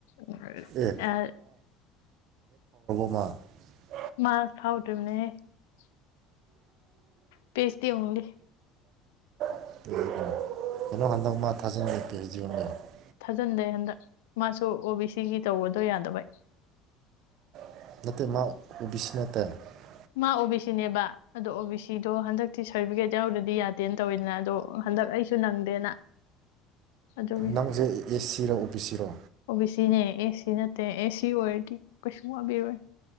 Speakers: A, on the left (about 65°); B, on the right (about 50°).
A: ꯎ
B: ꯑꯦ
A: ꯑ
B: ꯋꯥ <inaudible>
A: ꯃꯥ ꯐꯥꯎꯗꯤꯅꯦꯍꯦ ꯫ ꯄꯦ ꯍꯥꯁꯗꯤ ꯑꯣꯟꯂꯤ
B: <inaudible>
A: ꯊꯥꯖꯟꯗꯦ ꯍꯟꯗꯛ ꯃꯥꯁꯨ ꯑꯣ ꯕꯤ ꯁꯤꯒꯤ ꯇꯧꯕꯗꯣ ꯌꯥꯗꯕꯩ ꯫
B: <inaudible>
A: ꯃꯥ ꯑꯣ ꯕꯤ ꯁꯤꯅꯦꯕ ꯑꯗꯣ ꯑꯣ ꯕꯤ ꯁꯤꯗꯣ ꯍꯟꯗꯛꯇꯤ ꯁꯥꯔꯇꯤꯐꯤꯀꯦꯠ ꯌꯥꯎꯗꯗꯤ ꯌꯥꯗꯦꯅ ꯇꯧꯋꯤꯗꯅ ꯑꯗꯣ ꯍꯟꯗꯛ ꯑꯩꯁꯨ ꯅꯪꯗꯦꯅ ꯑꯗꯨꯒꯤ
B: ꯅꯪꯁꯦ ꯑꯦꯁ ꯁꯤꯔꯣ ꯑꯣ ꯕꯤ ꯁꯤꯔꯣ
A: ꯑꯣꯕꯤ ꯁꯤꯅꯦ ꯑꯦ ꯁꯤ ꯅ ꯑꯦꯁ ꯁꯤ ꯑꯣꯢꯔꯗꯤ ꯀꯩꯁꯨ ꯋꯥꯕꯤꯔꯣꯢ꯫